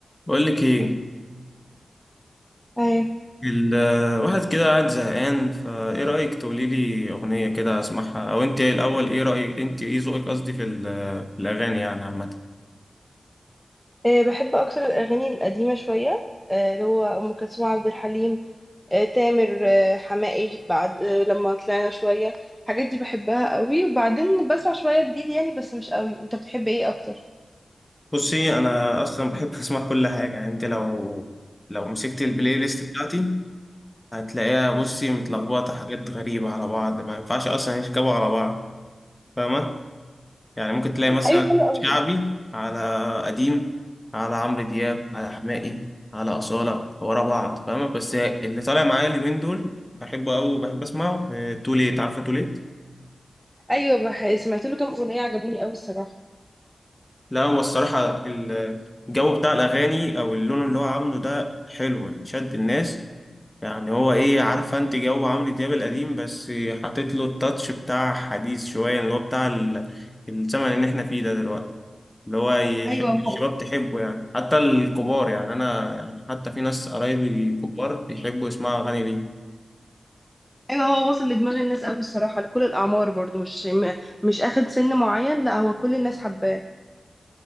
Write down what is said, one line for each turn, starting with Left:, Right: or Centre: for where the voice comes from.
Left: بقول لك ايه
Centre: أيوة.
Left: الواحد كده قاعد زهقان فايه رأيك تقولي لي اغنية كده اسمعها او انت إيه الاول ايه رأيك انت ايه ذوقك قصدي في ال- في الاغاني يعني عامة
Centre: أه بحب أكتر الأغاني القديمة شوية أه اللي هو أم كلثوم عبد الحليم أه تامر أه حماقي بعد أه لما طلعنا شوية الحاجات دي بحبها قوي وبعدين بسمع شوية جديد يعني بس مش قوي أنت بتحب إيه أكتر؟
Left: بصي انا اصلا بحب اسمع كل حاجة يعني انت لو لو مسكت البلاي ليست بتاعتي هتلاقيها بصي متلخبطة حاجات غريبة على بعض ما ينفعش اصلا يركبوا على بعض فاهمة يعني ممكن تلاقي مثلا
Centre: ايوه حلو قوي
Left: شعبي على قديم على عمرو دياب على حماقي على أصالة ورا بعض فاهمة بس اللي طالع معايا اليومين دول بحبه أوي وبحب أسمعه آه، توليت عارفة توليت؟
Centre: أيوة بح... سمعت له كام أغنية عجبوني قوي الصراحة
Left: لا هو الصراحة الجو بتاع الأغاني أو اللون اللي هو عامله ده حلو يعني شد الناس يعني هو ايه عارفه انت جو عمرو دياب القديم بس حاطط له التاتش بتاع حديث شويه اللي هو بتاع ال- الزمن اللي احنا فيه ده دلوقتي اللي هو يحب
Centre: أيوة هو
Left: الشباب تحبه يعني حتى الكبار يعني انا يعني حتى في ناس قرايبي كبار بيحبوا يسمعوا اغاني ليه
Centre: أيوة هو واصل لدماغ الناس قوي الصراحة لكل الأعمار برضو مش م- مش أخد سن معين لا هو كل الناس حباه